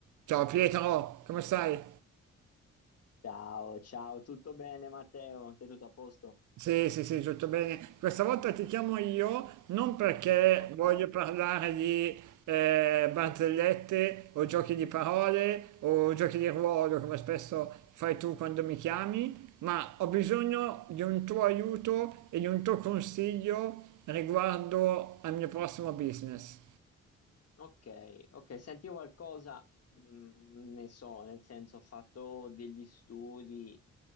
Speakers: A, on the right (about 80°); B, on the left (about 55°).
A: Ciao Pietro, come stai?
B: Ciao, ciao, tutto bene Matteo? Te tutto a posto?
A: Sì, sì, sì, tutto bene. Questa volta ti chiamo io non perché
B: Ok,
A: voglio parlare di eh, barzellette o giochi di parole o giochi di ruolo, come spesso fai tu quando mi chiami, ma ho bisogno di un tuo aiuto e di un tuo consiglio riguardo al mio prossimo business.
B: ok, ok, sentivo qualcosa, mm, ne so, nel senso ho fatto degli studi